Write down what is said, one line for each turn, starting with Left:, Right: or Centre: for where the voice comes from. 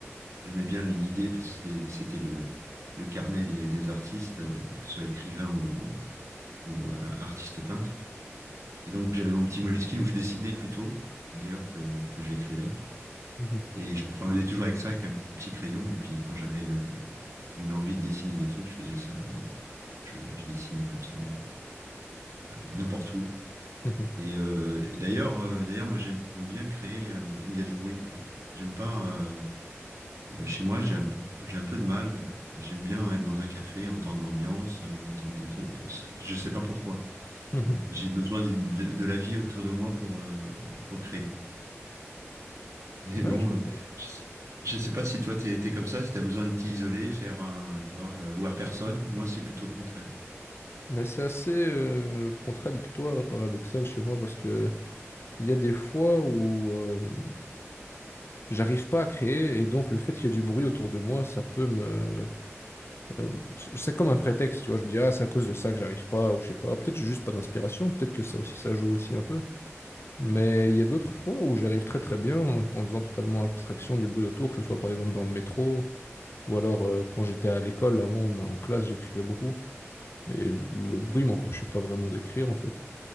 Right: j'aimais bien l'idée parce que c'était, c'était le, le carnet des, des artistes, euh, que ce soit écrivain ou, ou euh, artiste peintre. Et donc, j'avais mon petit Moleskine où je dessinais plutôt, d'ailleurs, que, que j'écrivais.
Left: Mhm,
Right: Et je me promenais toujours avec ça, avec un petit crayon. Et puis quand j'avais euh, une envie de dessiner des trucs, je faisais ça. euh, Je, je dessinais comme ça, euh, n'importe où.
Left: mhm,
Right: Et, euh, et d'ailleurs, euh, d'ailleurs, moi j'aime bien créer euh, où il y a du bruit, quoi. J'aime pas. euh, euh, chez moi, j'ai un peu, j'ai un peu de mal. J'aime bien être dans un café, entendre l'ambiance, euh, entendre des trucs. Euh, Je sais pas pourquoi.
Left: mhm.
Right: J'ai besoin du- de, de la vie autour de moi pour, euh, pour créer. Et
Left: Ouais,
Right: bon,
Left: je comprends.
Right: euh, je sais, je sais pas si toi t'es t'es comme ça, si t'as besoin de t'isoler, faire un, tu vois, euh, voir personne. Moi, c'est plutôt le contraire.
Left: Mais c'est assez euh, contradictoire et paradoxal chez moi parce que il y a des fois où euh, j'arrive pas à créer et donc le fait qu'il y ait du bruit autour de moi, ça peut me... euh, c'est comme un prétexte, tu vois. Je me dis, ah, c'est à cause de ça que j'arrive pas ou je sais pas. Peut-être j'ai juste pas d'inspiration, peut-être que ça aussi, ça joue aussi un peu. Mais il y a d'autres fois où j'arrive très très bien en, en faisant totalement abstraction du bruit autour, que ce soit par exemple dans le métro Ou alors, euh, quand j'étais à l'école, avant, bah, en classe, j'écrivais beaucoup. Et le bruit m'empêchait pas vraiment d'écrire, en fait.